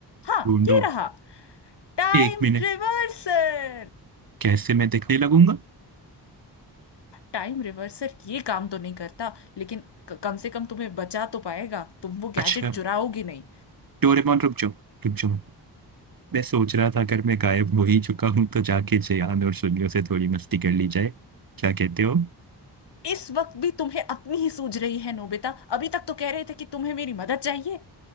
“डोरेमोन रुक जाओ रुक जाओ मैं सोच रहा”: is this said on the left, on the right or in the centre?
Right